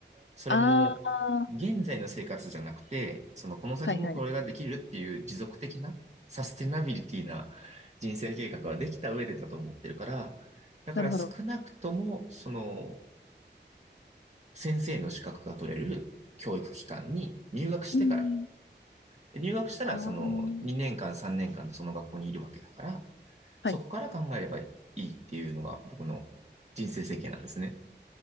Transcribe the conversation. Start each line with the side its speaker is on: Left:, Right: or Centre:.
Right: それも、
Left: ああ、
Right: 現在の生活じゃなくて、そのこの先もこれができるっていう持続的な、
Left: はいはい。
Right: サステナビリティな人生計画はできた上でだと思ってるから、だから少なくとも、
Left: なるほど。
Right: その、先生の資格が取れる教育機関に入学してから、
Left: うん。
Right: 入学したらその2年間3年間その学校にいるわけだから、
Left: ああ、はい。
Right: そこから考えればいいっていうのが僕の人生設計なんですね。